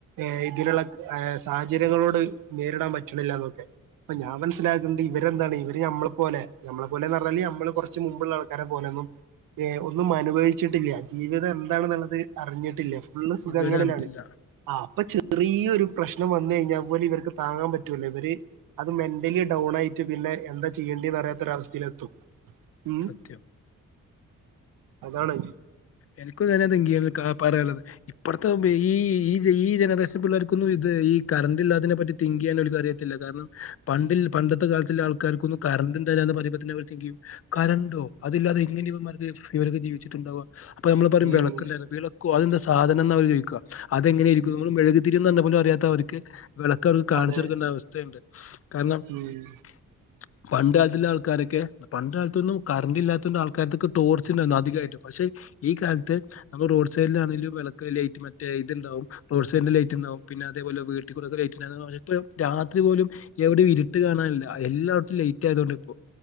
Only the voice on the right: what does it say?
ഏഹ് ഇതിലുള്ള ഏഹ് സാഹചര്യങ്ങളോട് നേരിടാൻ പറ്റണില്ല എന്നൊക്കെ അപ്പ ഞാൻ മനസ്സിലാക്കണ്ട് ഇവരെന്താണ് ഇവ ര് നമ്മളെ പോലെ നമ്മളെ പോലെന്ന് പറഞ്ഞാല് മ്മള് കുറച്ച് മുമ്പുള്ള ആൾക്കാരെ പോലെയൊന്നും ഏഹ് ഒന്നും അനുഭവിച്ചിട്ടില്ല ജീവിതം എന്താണെന്നുള്ളത് അറിഞ്ഞിട്ടില്ല ഫുള്ള് സുഖങ്ങളിലാണ്
ആഹ് അപ്പൊ ചെറിയൊരു പ്രശ്നം വന്നു കഴിഞ്ഞാൽ പോലും ഇവർക്ക് താങ്ങാൻ പറ്റൂല്ല ഇവര് അത് മെന്റലി ഡൗൺ ആയിട്ട് പിന്നെ എന്ത ചെയ്യേണ്ടേ അറിയാത്തൊരവസ്ഥയിലത്തും ഉം
അതാണ്
ഉം
ഉം
അതെ
ഉം